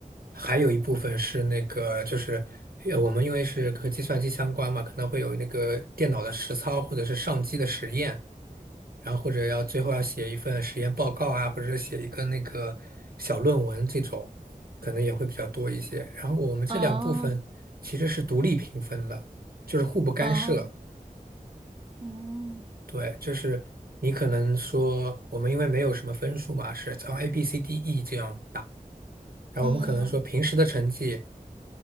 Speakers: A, on the right; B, on the right.
A: 还有一部分是那个，就是呃我们因为是和计算机相关嘛，可能会有那个电脑的实操或者是上机的实验，然后或者要最后要写一份实验报告啊，或者是写一个那个小论文这种，可能也会比较多一些。然后我们这两部分其实是独立评分的，
B: 哦
A: 就是互不干涉。
B: 哦，嗯
A: 对，就是你可能说我们因为没有什么分数嘛，是从 A、B、C、D、E 这样，然后我们可能说平时的成绩，
B: 嗯